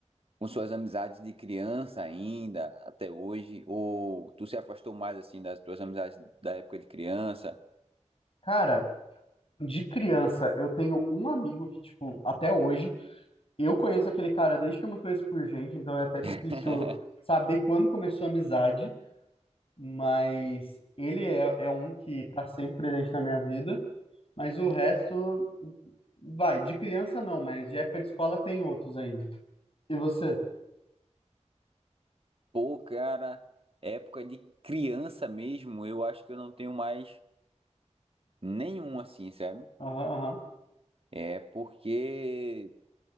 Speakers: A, on the right (about 50°); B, on the left (about 50°).
A: com suas amizades de criança ainda, até hoje? Ou tu se afastou mais assim das tuas amizades da época de criança?
B: Cara, De criança, eu tenho um amigo que, tipo, até hoje, eu conheço aquele cara desde que eu me conheço por gente, então é até difícil
A: <laughs>
B: saber quando começou a amizade, mas ele é, é um que tá sempre presente na minha vida, mas o resto, vai, de criança não, mas de época de escola tem outros ainda. E você?
A: Pô, cara, época de criança mesmo, eu acho que eu não tenho mais nenhum assim, sabe?
B: Aham, aham.
A: É porque